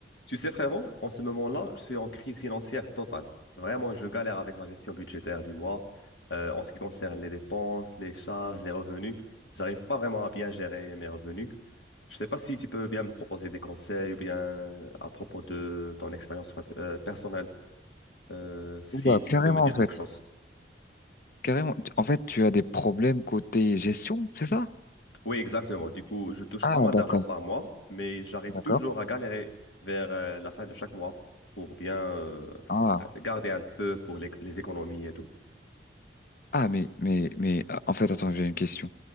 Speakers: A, on the left (about 75°); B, on the left (about 50°).
A: Tu sais, frérot, en ce moment-là, je suis en crise financière totale. Vraiment, je galère avec ma gestion budgétaire du mois. Euh, en ce qui concerne les dépenses, les charges, les revenus, j'arrive pas vraiment à bien gérer mes revenus. Je sais pas si tu peux bien me proposer des conseils ou bien à propos de ton expérience prof- euh, personnelle, euh, si
B: Oula,
A: tu
B: carrément
A: peux me dire
B: en fait.
A: quelque chose.
B: Carrément. Tu- En fait, tu as des problèmes côté gestion, c'est ça?
A: Oui, exactement. Du coup, je touche
B: Ah,
A: pas mal
B: d'accord,
A: d'argent par mois, mais j'arrive
B: d'accord.
A: toujours à galérer vers euh, la fin de chaque mois pour bien euh,
B: Ah,
A: euh, garder un peu pour les les économies et tout.
B: ah, mais, mais, mais, ah, en fait, attends, j'ai une question.